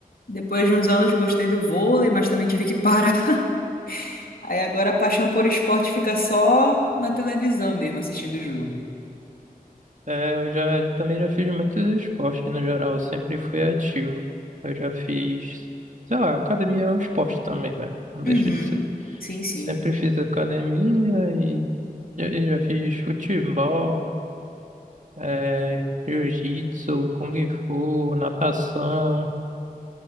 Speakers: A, on the left; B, on the right.
A: Depois de uns anos gostei do vôlei, mas também tive que parar. <laughs> Aí agora a paixão por esporte fica só na televisão mesmo, assistindo o jogo.
B: É, eu já eu também já fiz muitos esportes no geral, eu sempre fui ativo. Eu já fiz, sei lá, academia é um esporte também, né? Não deixa
A: Uhum.
B: de ser.
A: Sim, sim.
B: Sempre fiz academia e já, já fiz futebol, é, jiu-jitsu, kung fu, natação,